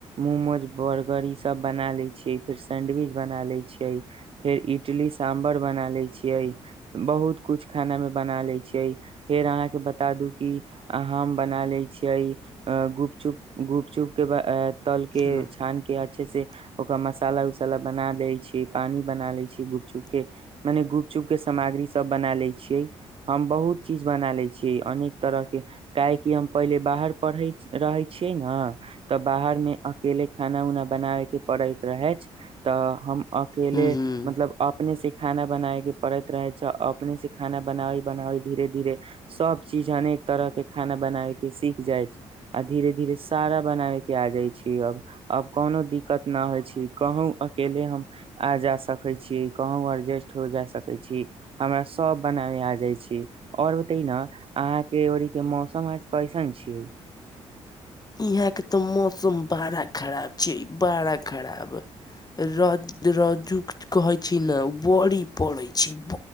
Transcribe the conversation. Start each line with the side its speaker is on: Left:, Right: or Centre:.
Right: मोमोज बर्गर ई सब बना ले छीयै फेर सेैंडविच। फेर इडली साम्बर बना ले छियै बहुत कुछ खाना मे बना ले छियै फेर अहाँके बता दू की हम बना ल छी। छियै अ गुपचुप गुपचुप के तल के
Left: हम्म
Right: छान के अच्छे से ओकरा मसाला उसाला बना दे छै। पानी बना लै छियै गुपचुप के मने गुपचुप के सामग्री सब बना लै छियै हम बहुत चीज बना ले छियै अनेक तरह के काहेकि हम पहिले बाहर पढ़ रहै छियै ने तऽ बाहर मे अकेले खाना उना बनाबे के पड़ैत रहै तऽ हम। केेले
Left: हम्म
Right: मतलब अपने से। खाना बनावे के पड़ैत रहे छैय अपने से खाना बनावै बनावी धीरे धीरे सब चीज अनेक तरह के खाना बनावे के सीख जाय छैय आ धीरे धीरे सारा बनावे के आ जाय छी अब अब कोनो दिक्कत न होइ छी कहू अकेले हम। आ जा सकै छीयै। कहु एडजस्ट हो जा सकै छीय हमरा सब बनाबे आ जाइ छी आ और बताई न अहाँ के ओरी के मौसम आज कैसन छियै।
Left: इहां के तऽ मौसम बड़ा खराब छैय बड़ा खराब र रु कहे छै ने बड़ी पड़े छैय।